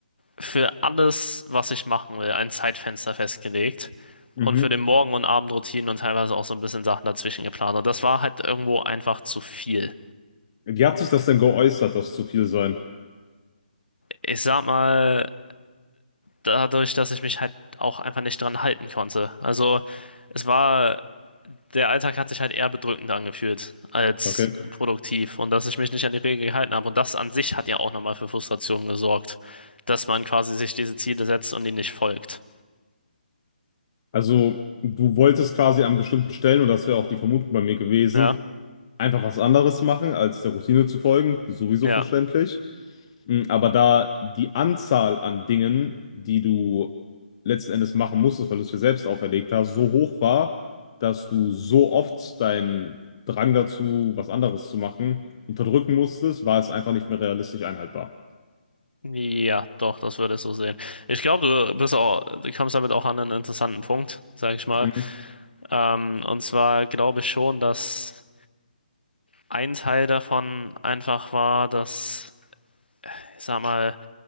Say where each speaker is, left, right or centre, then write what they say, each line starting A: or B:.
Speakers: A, on the left (about 80°); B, on the left (about 30°).
A: für alles, was ich machen will, ein Zeitfenster festgelegt
B: Mhm.
A: und für den Morgen- und Abendroutinen und teilweise auch so ein bisschen Sachen dazwischen geplant. Und das war halt irgendwo einfach zu viel.
B: Wie hat sich das denn geäußert, dass es zu viel sein?
A: Ich sag mal, dadurch, dass ich mich halt auch einfach nicht dran halten konnte. Also es war, der Alltag hat sich halt eher bedrückend angefühlt als
B: Okay.
A: produktiv. Und dass ich mich nicht an die Regeln gehalten habe. Und das an sich hat ja auch nochmal für Frustration gesorgt, dass man quasi sich diese Ziele setzt und die nicht folgt.
B: Also, du wolltest quasi an bestimmten Stellen, und das wäre auch die Vermutung bei mir gewesen,
A: Ja,
B: einfach was anderes machen, als der Routine zu folgen, sowieso
A: ja.
B: verständlich. Mm, Aber da die Anzahl an Dingen, die du letzten Endes machen musstest, weil du es dir selbst auferlegt hast, so hoch war, dass du so oft deinen Drang dazu, was anderes zu machen, unterdrücken musstest, war es einfach nicht mehr realistisch einhaltbar.
A: Ja, doch, das würde ich so sehen. Ich glaube, du bist auch, du kommst damit auch an einen interessanten Punkt, sag ich mal.
B: Mhm.
A: Ähm, und zwar glaube ich schon, dass ein Teil davon einfach war, dass, ich sag mal,